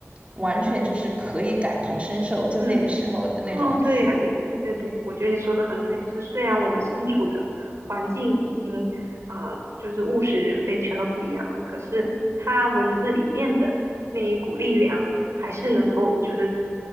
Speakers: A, on the right; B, on the right.
A: 完全就是可以感同身受，就那个时候的那种。
B: 嗯。哦，对呀，你对对对，我觉得你说的很对，就是虽然我们身处的环境已经呃，就是物是人非，全都不一样了，可是他文字里面的那一股力量，还是能够就是